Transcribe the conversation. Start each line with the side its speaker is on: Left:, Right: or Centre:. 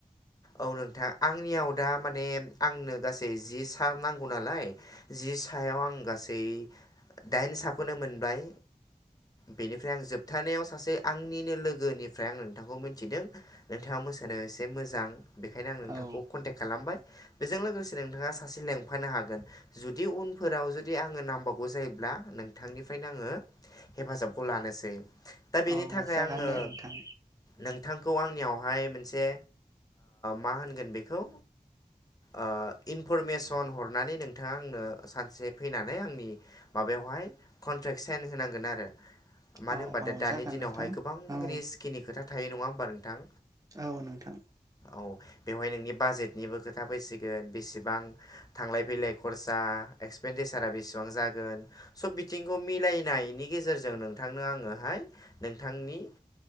Left: औ नोंथां आंनियाव दा माने आंनो गासै जि सार नांगौ नालाय जि जि सायाव आं गासै दाइन साखौनो मोनबाय बेनिफ्राय आं जोबथानायाव सासे आंनिनो लोगोनिफ्राय आं नोंथांखौ मिथिदों नोंथाङा मोसानो एसे मोजां बेखायनो आं नोंथांखौ
Right: औ
Left: कनटेक खालामबाय बेजों लोगोसे नोंथाङा सासे लेंफानो हागोन जुदि उनफोराव जुदि आङो नांबावगौ जायोब्ला नोंथांनिफ्राय बेंखायनो आङो हेफाजाबखौ लानोसै दा बेनि
Right: अ
Left: थाखाय
Right: जागोन
Left: आङो
Right: दे नोंथां
Left: नोंथांखौ आंनियावहाय मोनसे मा होनगोन बेखौ ओ इनफरमेसन हरनानै नोंथाङा आंनो सानसे फैनानै आंनि माबायावहाय कन्ट्रेक्ट साइन होनांगोन आरो मानो
Right: औ
Left: होनबा
Right: औ
Left: दा दानि
Right: जागोन
Left: दिनावहाय
Right: नोंथां
Left: गोबां
Right: औ
Left: रिस्किनि खोथा थायो नङा होमबा नोंथां
Right: औ नोंथां।
Left: औ बेवहाय नोंनि बाजेटनिबो खोथा फैसिगोन बेसेबां थांलाय फैलाय खर्स दा एक्सपेनदिसारा बेसेबां जागोन सब बिथिंखौ मिलायनायनि गेजेरजों नोंथांनो आङोहाय नोंथांनि